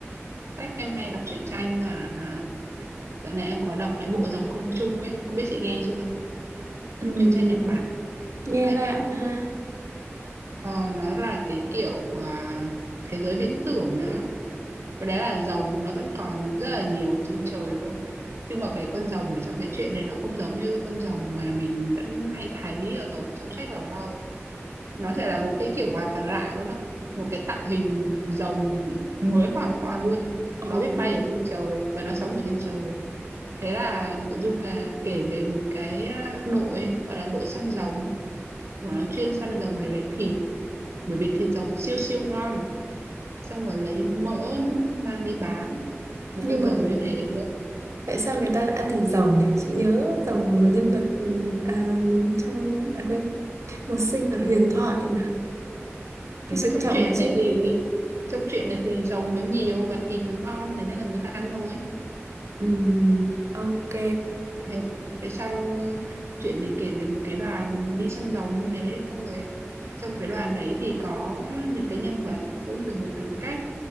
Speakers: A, on the right; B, on the right.
A: Sách em hay đọc truyện tranh là à, dạo này em có đọc cái bộ Dòng không trung ấy, không biết chị nghe chưa?
B: Ừm,
A: Truyện tranh Nhật Bản
B: nghe
A: cũng hay
B: lạ
A: phết.
B: ha.
A: Ờ, nó là cái kiểu à, thế giới viễn tưởng nhá. Và đấy là rồng nó vẫn còn rất là nhiều ở trên trời luôn. Nhưng mà cái con rồng ở trong cái chuyện này nó không giống như con rồng mà mình vẫn hay thấy ở trong sách vở đâu. nó sẽ là một cái kiểu hoàn toàn lạ luôn á một cái tạo hình rồng mới hoàn toàn luôn
B: Ồ,
A: nó biết bay ở trên trời và nó sống ở trên trời thế là nội dung là kể về một cái à, đội gọi là đội săn rồng mà nó chuyên săn rồng để lấy thịt bởi vì thịt rồng siêu siêu ngon xong rồi lấy mỡ nữa mang đi bán một
B: nhưng
A: con
B: mà
A: rồng như thế đấy
B: Tại sao người ta lại ăn thịt rồng nhỉ? Chị nhớ rồng là một nhân vật ừ, à, trong à quên, một sinh vật huyền thoại mà phải
A: nhưng
B: trân
A: mà trong
B: trọng
A: chuyện
B: nó chứ.
A: này thì trong chuyện này thì rồng nó nhiều và thịt nó ngon thế nên là người ta ăn thôi
B: Ừm, ok,
A: thế cái xong chuyện này kể về một cái đoàn đi săn rồng như thế xong rồi trong cái đoàn đấy thì có những cái nhân vật mỗi người một tính cách